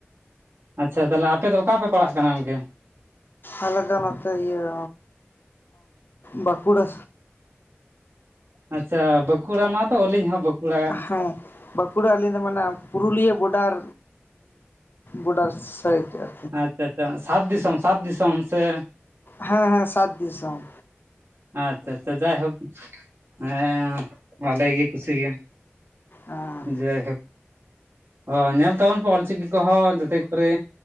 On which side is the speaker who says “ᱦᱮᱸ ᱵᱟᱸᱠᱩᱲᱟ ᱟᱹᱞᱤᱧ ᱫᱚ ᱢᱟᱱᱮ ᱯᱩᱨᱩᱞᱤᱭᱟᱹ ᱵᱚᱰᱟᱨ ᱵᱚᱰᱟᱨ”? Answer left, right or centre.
Left